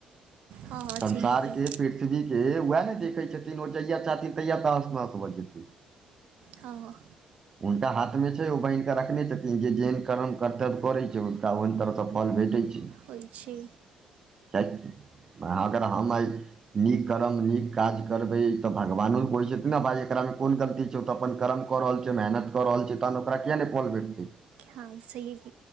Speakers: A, on the right (about 70°); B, on the right (about 25°).
A: हँ हँ
B: संसारके
A: छैहे की
B: प्रीति पृथ्वी के उएह ने देखै छथिन ओ जहिया चाहथिन तहिया तहश नहश भऽ जेतै
A: ह ह
B: हुनका हाथ में छै ओ बान्हि कऽ रखने छथिन जे जेहन कर्म करतै करै छै ओ तऽ ओहन तरहसँ फल भेटै छै
A: होइ छै
B: च अगर हम आइ नीक अगर हम नीक काज करबै तऽ भगवानो कहै छथिन ने भाई एकरा में कोन गलती छै ओ तऽ अपन करम कऽ रहल छै मेहनत कऽ रहल छै तहन ओकरा किया नहि पोल भेटतै
A: हाँ सहिए की